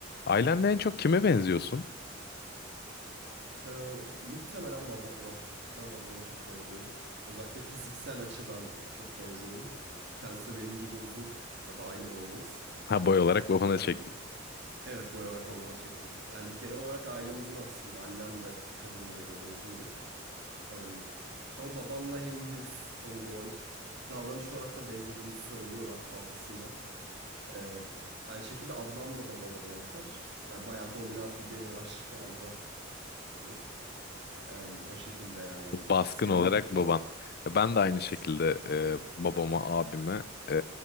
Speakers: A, on the left; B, on the right.
A: Ailende en çok kime benziyorsun?
B: Ee, muhtemelen babama. Muhtemelen babama çok benziyorum. Özellikle fiziksel açıdan çok benziyorum. Ee, Kendisi de benim gibi uzun. Hatta aynı boydayız.
A: Ha boy olarak babana
B: Ee,
A: çektim.
B: evet boy olarak babama çektim. Yani genel olarak ailem uzun aslında. Annem de kadınlara göre uzundur. Ee, ama babamla hem yüz hem boy davranış olarak da benzediğimizi söylüyorlar fazlasıyla. Ee, aynı şekilde ablam da babama benzer. Yani bayağı dominant bir geni var <laughs> galiba adamın. Ee, o şekilde yani.
A: <laughs> Baskın
B: Senin
A: olarak
B: peki?
A: baban. Ben de
B: Evet.
A: aynı şekilde e, babama, abime e,